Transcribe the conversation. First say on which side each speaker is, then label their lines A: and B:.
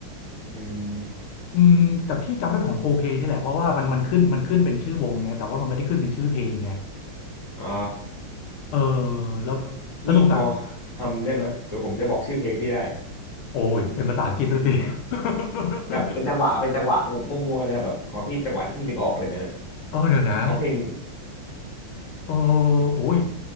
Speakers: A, on the left; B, on the left.
A: อืม
B: อืมแต่พี่จำได้เป็นของโคเพนี่แหละเพราะว่ามันมันขึ้นมันขึ้นเป็นชื่อวงไงแต่ว่ามันไม่ได้ขึ้นเป็นชื่อเพลงไง
A: อ๋อ
B: เออแล้ว
A: พี่พอ
B: สนุกอะ
A: ทำได้ไหมเดี๋ยวผมจะบอกชื่อเพลงพี่ได้
B: โอ้ยเป็นภาษาอังกฤษดูสิ <laughs>
A: แบบเป็นจังหวะเป็นจังหวะมั่วๆเลยครับแบบขอพี่จังหวะที่พี่นึกออกอะไรเงี้ยนะ
B: เออเดี๋ยวนะ
A: เพราะเพลง
B: เออโอ้ย